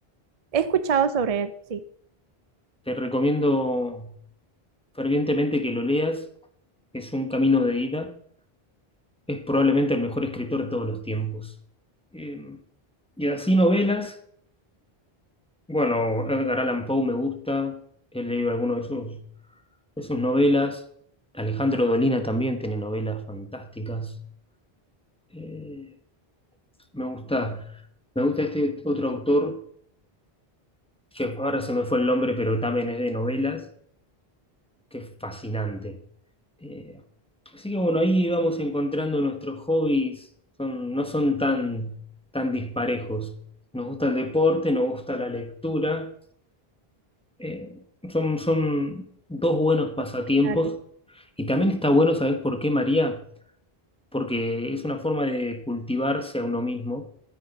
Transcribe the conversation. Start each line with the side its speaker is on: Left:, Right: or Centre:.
Right: He escuchado sobre él, sí.
Centre: Te recomiendo fervientemente que lo leas. Es un camino de ida. Es probablemente el mejor escritor de todos los tiempos. Eh, y así novelas. Bueno, Edgar Allan Poe me gusta. He leído algunos de sus. de sus novelas. Alejandro Dolina también tiene novelas fantásticas. Eh, me gusta, me gusta este otro autor, que ahora se me fue el nombre, pero también es de novelas, que es fascinante. Eh, así que bueno, ahí vamos encontrando nuestros hobbies, son, no son tan, tan disparejos. Nos gusta el deporte, nos gusta la lectura, eh, son, son dos buenos pasatiempos.
Right: Son similares.
Centre: Y también está bueno, ¿sabes por qué, María? porque es una forma de cultivarse a uno mismo,